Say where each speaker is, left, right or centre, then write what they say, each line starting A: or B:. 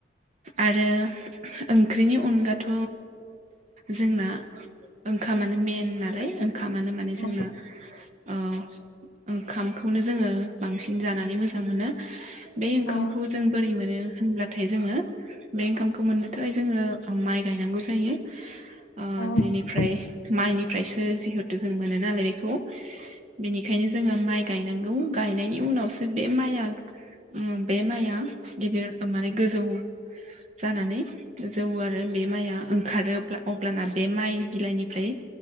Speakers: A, on the right; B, on the left.
A: आरो ओंख्रिनि अनगाथ' जोंना ओंखामानो मेइन नालाय ओंखामानो माने जोंनो
B: औ
A: ओ ओंखामखौनो जोङो बांसिन जानानै मोजां मोनो। बे ओंखामखौ
B: औ
A: जों बोरै मोनो होनब्लाथाय जोङो बे ओंखामखौ मोननो थाखाय जोङो माइ गायनांगौ जा यो ओ
B: औ
A: जिनिफ्राय माइनिफ्रायसो जिहेथु जों मोनो नालाय बेखौ। बेनिखायनो जोङो माइ गायनांगौ गायनायनि उनावसो बे माइआ बे माइया गिदिर माने गोजौ जानानै जौओ आरो बे माइआ। ओंखारोब्ला अब्लाना बे माइ बिलाइनिफ्राय